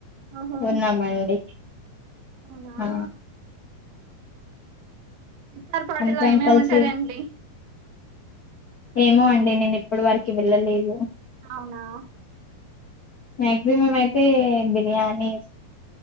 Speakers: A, on the right; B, on the left.
A: ఓహో
B: కున్నామండి
A: అవునా
B: ఆ
A: విసార్పాటిలో
B: అందరం
A: ఏమేమింటాది
B: కలిసి
A: అండి
B: ఏమో అండి నేను ఎప్పుడు వారికి వెళ్ళలేదు
A: అవునా
B: మ్యాక్సిమం అయితే బిర్యానీ